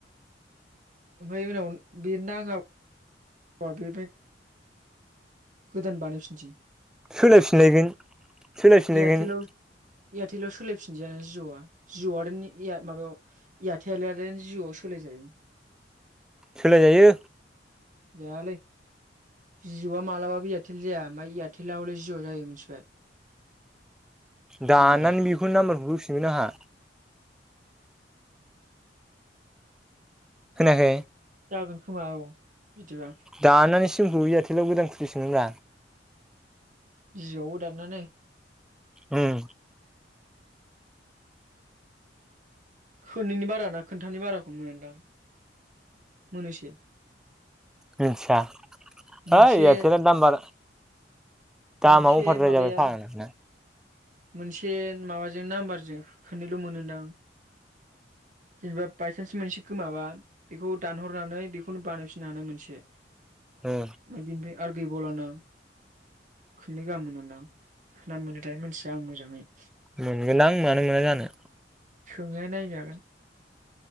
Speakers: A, on the right; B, in the centre.
A: ओमफ्राय उनाव बिर नाङा बि गोदान बानायफिननोसै
B: सोलाय फिनलायगोन सोलाय फिनलायगोन
A: एयारटेलाव एयारटेलाव सोलायफिनजायाना जिअ'आ जिअ'आय माबायाव एयारटेल जिअ' सोलाय जायो जायो
B: सोलाय जायो
A: जायालै जिअ'आ मालाबाबो इयारटेल जाया ओमफ्राय इयारटेल हले जिअ' जायो मिथिबाय
B: दाननानै
A: दामालाय
B: बेखौ नाम्बारखौ होफिनगोन आंहा खोनायाखै
A: जागोन खोमा औ। बिदिबा
B: दाननानै सिमखौ इयारथेलाव गोदान खुुलिफिनगोनना
A: जि आवबो दानना नाय
B: उम
A: खुननैनि बाराना खोन्थामनि बाराखौ मोनदां मोननैसो
B: मोनथिया
A: मोनसे
B: है जायखिजाया नामबार
A: मोनसे
B: दामा अभारद्राय
A: माबाया
B: जाबाय फाग्लानो
A: मोनसे माबाजों नाम्बारजों खोननैल' मोनोदां। जेनेबा बायसान्स मोनसे गोमाबा बेखौ दानहरनानै बेखौनो बानायफिननो हानाय मोनसे
B: ओ
A: बेनिफ्राय आरो गैबावलाना खुननै गाहाम मोनोदां ना मोनोथाय मोनथिया आं मोजाङै
B: मोनगोनदां आं मानो मोना जानो।
A: सोंनाय नायजागोन